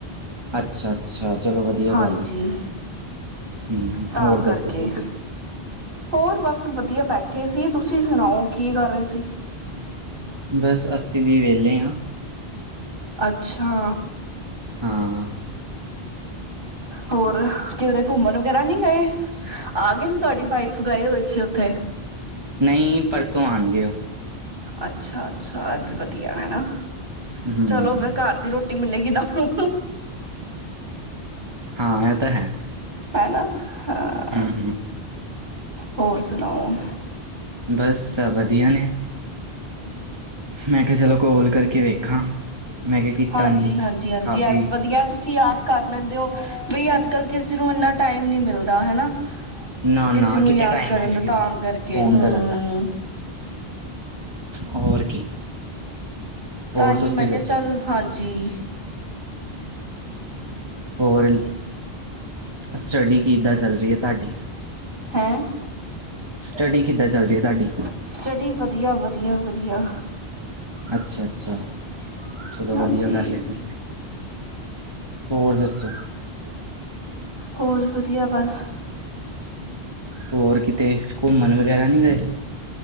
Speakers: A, on the right; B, on the right.
A: ਅੱਛਾ ਅੱਛਾ ਚਲੋ ਵਧੀਆ
B: ਹਾਂਜੀ
A: ਗੱਲ ਏ
B: ਤਾਂ
A: ਹੋਰ ਦੱਸੋ
B: ਕਰਕੇ
A: ਤੁਸੀਂ
B: ਹੋਰ ਬਸ ਵਧੀਆ ਬੈਠੇ ਸੀ ਤੁਸੀਂ ਸੁਣਾਓ ਕੀ ਕਰ ਰਹੇ ਸੀ।
A: ਬਸ ਅਸੀਂ ਵੀ ਵਿਹਲੇ ਹਾਂ।
B: ਅੱਛਾ।
A: ਹਾਂ
B: ਹੋਰ ਕਿਦਰੇ ਘੁੰਮਣ ਵਗੈਰਾ ਨਹੀਂ ਗਏ ਆ ਗਏ ਨੇ ਤੁਹਾਡੀ ਵਾਈਫ ਗਏ ਹੋਏ ਸੀ ਉੱਥੇ
A: ਨਹੀਂ ਪਰਸੋਂ ਆਣਗੇ ਉਹ।
B: ਅੱਛਾ ਅੱਛਾ ਇਹ ਵੀ ਵਧੀਆ ਹੈਨਾ
A: ਹੂੰ
B: ਚਲੋ ਫਿਰ ਘਰ ਦੀ ਰੋਟੀ ਰੋਟੀ ਮਿਲੇਗੀ ਤਾਂਨੂੰ
A: ਹਾਂ ਇਹ ਤਾਂ ਹੈ।
B: ਹੈ ਨਾ ਹ
A: ਹਮ ਹਮ
B: ਹੋਰ ਸੁਣਾਓ
A: ਬਸ ਵਧੀਆ ਨੇ ਮੈਂ ਕਿਹਾ ਚਲੋ ਕੋਲ ਕਰਕੇ ਵੇਖਾਂ। ਮੈਂ ਕਿਹਾ ਕੀਤਾ
B: ਹਾਂਜੀ
A: ਨਹੀਂ
B: ਹਾਂਜੀ ਹਾਂਜੀ
A: ਕਾਫੀ
B: ਐ ਵੀ ਵਧੀਆ। ਤੁਸੀਂ ਯਾਦ ਕਰ ਲੈਂਦੇ ਹੋ ਬਈ ਅੱਜ ਕੱਲ ਕਿਸੇ ਨੂੰ ਇੰਨਾ ਟਾਈਮ ਨੀ ਮਿਲਦਾ ਹੈਨਾ
A: ਨਾ
B: ਕਿਸੇ
A: ਨਾ
B: ਨੂੰ
A: ਕਿਤੇ
B: ਯਾਦ
A: ਟਾਈਮ
B: ਕਰਨ
A: ਹੈਗਾ
B: ਦਾ
A: ਕਿਸੇ
B: ਤਾਂ
A: ਨੂੰ
B: ਕਰਕੇ
A: ਫੋਨ
B: ਹਮ
A: ਕਰਨ ਦਾ ਹੋਰ ਕੀ ਹੋਰ
B: ਤਾਂ ਹੀ
A: ਤੁਸੀਂ
B: ਮੈਂ ਕਿਹਾ
A: ਦੱਸੋ
B: ਚੱਲ, ਹਾਂਜੀ।
A: ਹੋਰ ਸਟੱਡੀ ਕਿੱਦਾਂ ਚੱਲ ਰਹੀ ਹੈ ਤਾਡੀ
B: ਹੈਂ।
A: ਸਟੱਡੀ ਕਿੱਦਾਂ ਚੱਲ ਰਹੀ ਹੈ ਤਾਡੀ।
B: ਸਟੱਡੀ ਵਧੀਆ ਵਧੀਆ ਵਧੀਆ
A: ਅੱਛਾ ਅੱਛਾ ਚਲੋ
B: ਹਾਂਜੀ
A: ਵਧੀਆ ਵੈਸੇ ਫੇਰ ਹੋਰ ਦੱਸੋ।
B: ਹੋਰ ਵਧੀਆ ਬਸ।
A: ਹੋਰ ਕਿਤੇ ਘੁੰਮਣ ਵਗੈਰਾ ਨਹੀਂ ਗਏ।